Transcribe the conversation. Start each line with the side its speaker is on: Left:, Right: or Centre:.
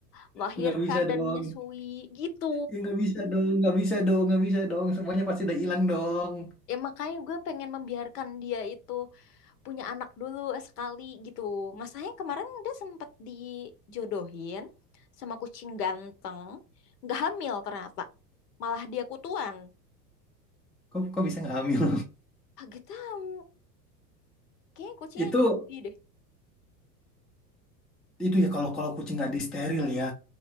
Left: melahirkan,
Centre: nggak bisa
Left: dan
Centre: dong,
Left: menyusui. Gitu.
Centre: ya nggak bisa dong, nggak bisa dong, nggak bisa dong. Semuanya pasti udah hilang dong.
Left: Ya makanya gue pengen membiarkan dia itu punya anak dulu sekali gitu. Masalahnya kemarin dia sempat dijodohin sama kucing ganteng. Nggak hamil ternyata. Malah dia kutuan.
Centre: Kok kok bisa nggak hamil?
Left: Kaget tahu. Kayaknya kucingnya
Centre: <laughs> Itu
Left: nyubi deh.
Centre: itu ya kalau kalau kucing nggak di steril ya.